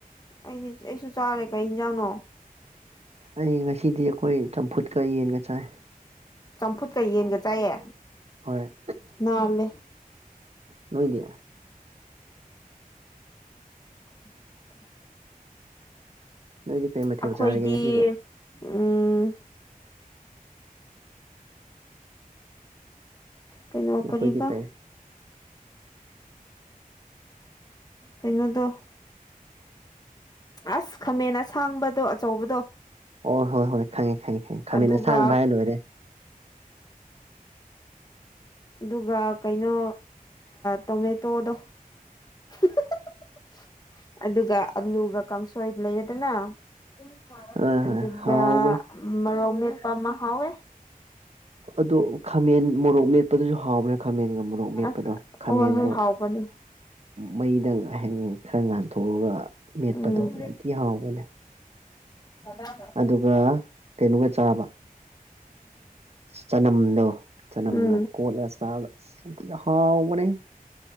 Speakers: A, on the left (about 25°); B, on the right (about 45°).
A: ꯑꯩꯗꯤ ꯑꯩꯁꯨ ꯆꯥꯔꯦ ꯀꯔꯤ ꯌꯦꯟꯖꯥꯡꯅꯣ
B: ꯑꯩ ꯉꯁꯤꯗꯤ ꯑꯩꯈꯣꯏ ꯆꯝꯐꯨꯠꯀ ꯌꯦꯟꯒ ꯆꯥꯏ
A: ꯆꯝꯐꯨꯠꯀ ꯌꯦꯟꯒ ꯆꯥꯏꯌꯦ
B: ꯍꯣꯏ
A: ꯅꯥꯜꯂꯦ
B: ꯅꯣꯏꯗꯤ
A: <inaudible>
B: ꯅꯣꯏꯗꯤ ꯀꯩ ꯃꯊꯦꯜ
A: ꯑꯩꯈꯣꯏꯗꯤ
B: ꯆꯥꯔꯒꯦ ꯉꯁꯤꯕꯣ
A: ꯎꯝ ꯀꯩꯅꯣ
B: ꯑꯩꯈꯣꯏꯗꯤ
A: ꯀꯔꯤꯕꯥ
B: ꯀꯩ
A: ꯀꯩꯅꯣꯗꯣ ꯑꯁ ꯈꯥꯃꯦꯟ ꯑꯁꯥꯡꯕꯗꯣ ꯑꯆꯧꯕꯗꯣ
B: ꯍꯣꯏ ꯍꯣꯏ ꯍꯣꯏ ꯈꯪꯉꯦ ꯈꯪꯉꯦ ꯈꯪꯉꯦ ꯈꯥꯃꯟ
A: ꯑꯗꯨꯒ
B: ꯑꯁꯥꯡꯕ ꯍꯥꯏꯔ ꯂꯣꯏꯔꯦ
A: ꯑꯗꯨꯒ ꯀꯩꯅꯣ ꯇꯣꯃꯦꯇꯣꯗꯣ <unintelligible> ꯑꯗꯨꯒ ꯑꯂꯨꯒ ꯀꯥꯡꯁꯣꯏ ꯂꯩꯔꯦꯗꯅ <unintelligible>
B: ꯍꯣꯏ
A: ꯑꯗꯨꯒꯥ
B: ꯍꯣꯏ ꯍꯥꯎꯕꯅꯤ
A: ꯃꯨꯔꯧꯛ ꯃꯦꯠꯄ ꯑꯃ ꯍꯥꯎꯋꯦ
B: ꯑꯣ ꯈꯥꯃꯦꯟ ꯃꯣꯔꯣꯛ ꯃꯦꯠꯄꯗꯨꯁꯨ ꯍꯥꯎꯕ꯭ꯔꯥ ꯈꯥꯃꯦꯟꯒ ꯃꯣꯔꯣꯛ ꯃꯦꯠꯄꯗꯣ
A: ꯑꯁ
B: ꯈꯥꯃꯦꯟꯗꯣ
A: ꯍꯣꯏ ꯍꯣꯏ ꯍꯥꯎꯕꯅꯤ
B: ꯃꯩꯗ ꯉꯥꯏꯍ ꯈꯔ ꯉꯥꯟꯊꯣꯛꯑꯒ ꯃꯦꯠꯄꯗꯣ
A: ꯎꯝ
B: ꯌꯥꯝ ꯊꯤ ꯍꯥꯎꯕꯅꯦ
A: <unintelligible>
B: ꯑꯗꯨꯒ ꯀꯩꯅꯣꯒ ꯆꯥꯕ ꯆꯅꯝꯗꯣ ꯆꯅꯝꯒ
A: ꯎꯝ
B: ꯀꯣꯜꯂ ꯆꯥ ꯁꯝꯇꯤ ꯍꯥꯎꯕꯅꯦ